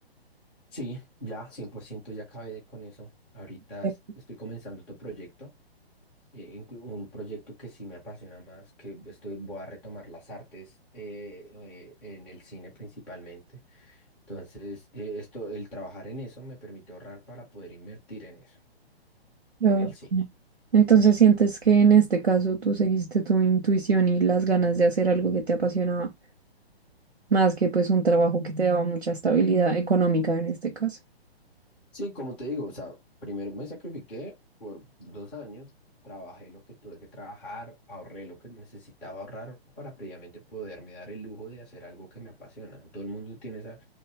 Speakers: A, in the centre; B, on the right.
A: Sí, ya, 100% ya acabé de- con eso. Ahorita
B: Eh,
A: es- estoy comenzando otro proyecto, eh, inclu- un proyecto que sí me apasiona más, que estoy, voy a retomar las artes eh, eh, en el cine principalmente. Entonces, eh, esto, el trabajar en eso me permite ahorrar para poder invertir en eso,
B: Ok.
A: en el cine.
B: Entonces sientes que en este caso tú seguiste tu intuición y las ganas de hacer algo que te apasionaba. más que pues un trabajo que te daba mucha estabilidad económica en este caso.
A: Sí, como te digo, o sea, primero me sacrifiqué por dos años, trabajé lo que tuve que trabajar, ahorré lo que necesitaba ahorrar para previamente poderme dar el lujo de hacer algo que me apasiona. Todo el mundo tiene esa